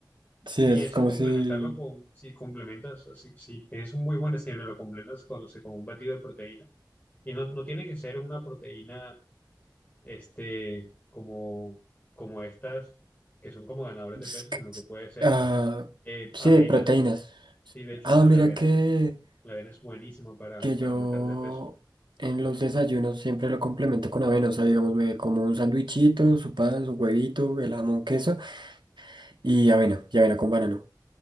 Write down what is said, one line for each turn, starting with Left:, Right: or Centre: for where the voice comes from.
Right: sí,
Left: Y
Right: eso
Left: eso
Right: es como
Left: complementarlo
Right: si...
Left: con, si complementas, si, si tienes un muy buen desayuno, lo completas con, o sea, con un batido de proteína. Y no, no tiene que ser una proteína, este, como, como estas, que son como ganadores de
Right: es
Left: peso,
Right: que-
Left: sino que puede ser
Right: Ah,
Left: eh,
Right: sí,
Left: avena.
Right: proteínas.
Left: Sí, de hecho,
Right: Ah,
Left: la,
Right: mira
Left: la avena
Right: que...
Left: es, la avena es buenísima para,
Right: que yo
Left: para aumentar de peso.
Right: en los desayunos siempre lo complemento con avena. O sea, digamos, me como un sandwichito, su pan, su huevito, el jamón, queso y avena, y avena con banano.